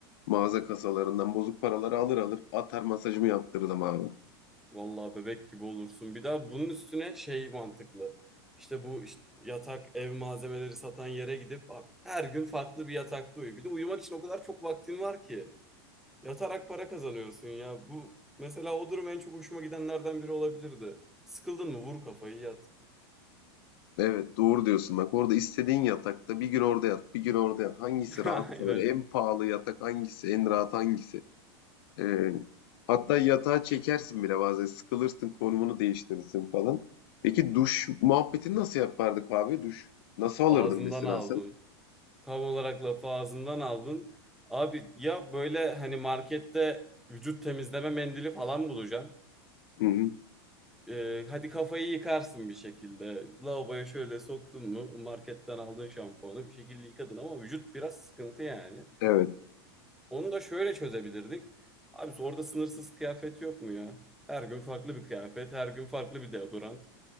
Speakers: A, on the left (about 65°); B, in the centre.
A: mağaza kasalarından bozuk paraları alır alır atar masajımı yaptırırdım abi.
B: Vallahi bebek gibi olursun. Bir daha bunun üstüne şey mantıklı. İşte bu işte yatak ev malzemeleri satan yere gidip abi, her gün farklı bir yatakta uyu. Bir de uyumak için o kadar çok vaktin var ki. Yatarak para kazanıyorsun ya. Bu mesela o durum en çok hoşuma gidenlerden biri olabilirdi. Sıkıldın mı vur kafayı yat.
A: Evet doğru diyorsun bak orada istediğin yatakta bir gün orada yat bir gün orada yat hangisi
B: <laughs>
A: rahatsa
B: Aynen.
A: böyle en pahalı yatak hangisi en rahat hangisi Ee, hatta yatağa çekersin bile bazen sıkılırsın konumunu değiştirirsin falan. Peki duş muhabbetini nasıl yapardık abi? Duş nasıl alırdın
B: ağzından
A: mesela
B: aldın.
A: sen?
B: Tam olarak lafı ağzından aldın. Abi ya böyle hani markette vücut temizleme mendili falan bulacaksın.
A: Hı hı.
B: e, hadi kafayı yıkarsın bir şekilde. Lavaboya şöyle soktun mu o marketten aldığın şampuanı bir şekilde yıkadın ama vücut biraz sıkıntı yani.
A: Evet.
B: Onu da şöyle çözebilirdik. Abi orada sınırsız kıyafet yok mu ya? Her gün farklı bir kıyafet, her gün farklı bir deodorant.